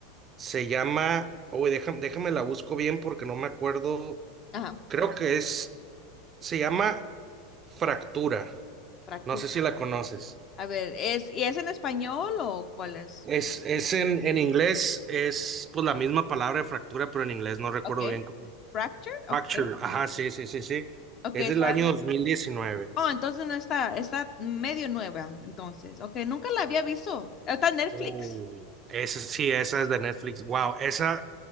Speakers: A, on the right; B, on the left.
A: se llama, oye, déjame, déjame la busco bien porque no me acuerdo,
B: Ajá,
A: creo que es, se llama Fractura,
B: fractura.
A: no sé si la conoces.
B: A ver, es, ¿y es en español o cuál es?
A: Es, es en, en inglés, es pues la misma palabra de fractura, pero en inglés no recuerdo
B: Okay.
A: bien cómo.
B: Fractured,
A: Fracture,
B: okay.
A: ajá, sí, sí, sí, sí.
B: Okay,
A: Es
B: esa-
A: del año 2019.
B: Oh, entonces no está, está medio nueva, entonces. Okay, nunca la había visto. Está en Netflix.
A: Oh. Ese- sí, esa es de Netflix. Wow, esa,